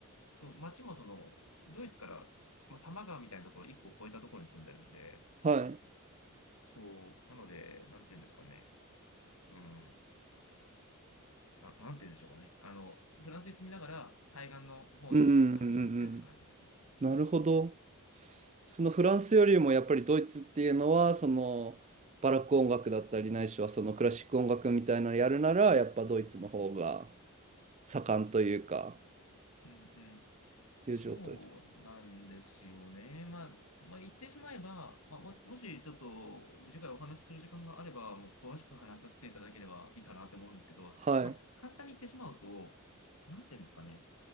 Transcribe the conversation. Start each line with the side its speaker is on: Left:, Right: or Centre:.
Left: その街もその、ドイツから、まあ、多摩川みたいなところ1個越えたところに住んでるんで、
Right: はい。
Left: そう、なので、なんていうんですかね。うん。な、なんて言うんでしょうかね。あの、フランスに住みながら対岸の方に稼ぎに行ってるって感じですね。
Right: うんうんうんうんうん。なるほど。そのフランスよりもやっぱりドイツっていうのは、そのバラック音楽だったりないしはそのクラシック音楽みたいなのやるなら、やっぱドイツの方が。盛んというか、
Left: うんうん。
Right: っていう状態。
Left: そうなんですよね。まあ、まあ、言ってしまえば、まあ、も、もしちょっと次回お話しする時間があれば、もう詳しく話させていただければいいかなって思うんですけど、
Right: はい、
Left: まあ、簡単に言ってしまうと、なんていうんですかね。